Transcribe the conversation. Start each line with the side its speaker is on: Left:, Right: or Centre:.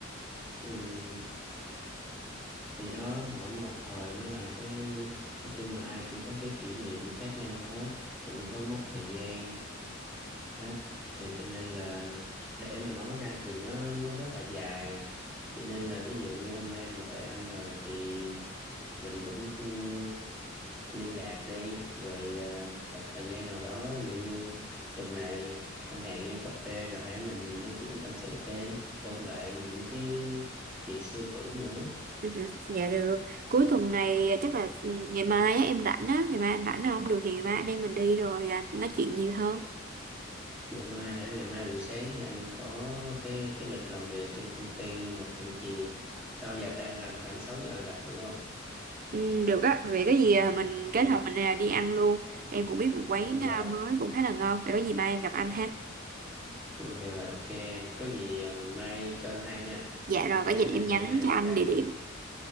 Centre: Ừ. thì đó mỗi một thời nó là cái nói chung là ai cũng có cái kỷ niệm khác nhau hết cũng có mốc thời gian hết thì cho nên là để mà nói ra thì nó nó rất là dài cho nên là ví dụ như hôm nay em gọi anh rồi thì mình cũng ừm, liên lạc đi rồi ờ, một thời gian nào đó ví dụ như tuần này anh hẹn em cà phê rồi hãy mình nói chuyện tâm sự thêm ôn lại những cái chuyện xưa cũ nữa
Right: Ừ, ừ, dạ được cuối tuần này chắc là ừ, ngày mai á, em rảnh á ngày mai anh rảnh không được thì ngày mai anh em mình đi rồi à, nói chuyện nhiều hơn
Centre: ngày mai hả ngày mai buổi sáng thì anh có cái cái lịch làm việc trên công ty nhưng mà khoảng chiều sau giờ tan làm khoảng 6 giờ gặp được không
Right: ừ, được á vậy có gì à, mình kết
Centre: Ừ.
Right: hợp mình à, đi ăn luôn em cũng biết một quán
Centre: Ừ,
Right: à,
Centre: rồi
Right: mới cũng khá là ngon vậy có gì mai em gặp anh ha
Centre: Ừ, rồi ok em có gì ờ, mai cho anh hay nha
Right: Dạ
Centre: Ừ,
Right: rồi,
Centre: nhắn
Right: có gì em
Centre: tin
Right: nhắn
Centre: cho anh hay
Right: cho anh
Centre: rồi
Right: địa điểm.